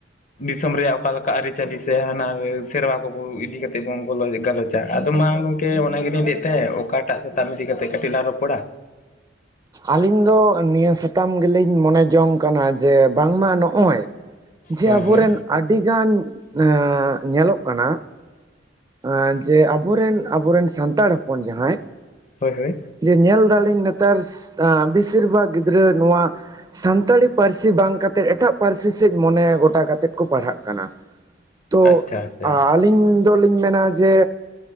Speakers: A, on the left (about 45°); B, on the right (about 20°).
A: ᱫᱤᱥᱚᱢ ᱨᱮᱭᱟᱜ ᱚᱠᱟ ᱞᱮᱠᱟ ᱟᱹᱨᱤᱪᱟᱹᱞᱤ ᱥᱮ ᱦᱟᱱᱟ ᱥᱮᱨᱣᱟ ᱠᱚᱵᱚ ᱤᱫᱤ ᱠᱟᱛᱮᱫ ᱵᱚᱱ ᱜᱚᱞᱚ ᱜᱟᱞᱚᱪᱟ ᱟᱫᱚ ᱢᱟ ᱠᱮ ᱚᱱᱟᱜᱮᱞᱤᱧ ᱞᱟᱹᱭᱮᱫ ᱛᱟᱦᱮᱸ ᱚᱠᱟᱴᱟᱜ ᱥᱟᱛᱟᱢ ᱤᱫᱤ ᱠᱟᱛᱮᱜ ᱠᱟᱹᱴᱤᱡ ᱞᱟᱝ ᱨᱚᱯᱚᱲᱟ
B: ᱟᱞᱤᱧ ᱫᱚ ᱱᱤᱭᱟᱹ ᱥᱟᱛᱟᱢ ᱜᱮᱞᱤᱧ ᱢᱚᱱᱮ ᱡᱚᱝ ᱠᱟᱱᱟ ᱡᱮ ᱵᱟᱝᱢᱟ ᱱᱚᱜᱼᱚᱭ ᱡᱮ
A: ᱦᱳᱭ
B: ᱟᱵᱚᱨᱮᱱ
A: ᱦᱳᱭ
B: ᱟᱹᱰᱤᱜᱟᱱ ᱮᱸ ᱧᱮᱞᱚᱜ ᱠᱟᱱᱟ ᱟᱸ ᱡᱮ ᱟᱵᱚᱨᱮᱱ ᱟᱵᱚᱨᱮᱱ ᱥᱟᱱᱛᱟᱲ ᱦᱚᱯᱚᱱ ᱡᱟᱦᱟᱸᱭ
A: ᱦᱳᱭ ᱦᱳᱭ
B: ᱡᱮ ᱧᱮᱞ ᱫᱟᱞᱤᱧ ᱱᱮᱛᱟᱨ ᱵᱮᱥᱤᱨ ᱵᱷᱟᱜᱽ ᱜᱤᱫᱽᱨᱟᱹ ᱱᱚᱶᱟ ᱥᱟᱱᱛᱟᱲᱤ ᱯᱟᱹᱨᱥᱤ ᱵᱟᱝ ᱠᱟᱛᱮᱫ ᱮᱴᱟᱜ ᱯᱟᱹᱨᱥᱤ ᱥᱮᱫ ᱢᱚᱱᱮ ᱜᱚᱴᱟ ᱠᱟᱛᱮᱫ ᱠᱚ ᱯᱟᱲᱦᱟᱜ ᱠᱟᱱᱟ᱾ ᱛᱚ
A: ᱟᱪᱪᱷᱟ ᱟᱪᱪᱷᱟ
B: ᱟᱹᱞᱤᱧ ᱫᱚᱞᱤᱧ ᱢᱮᱱ ᱱᱟ ᱡᱮ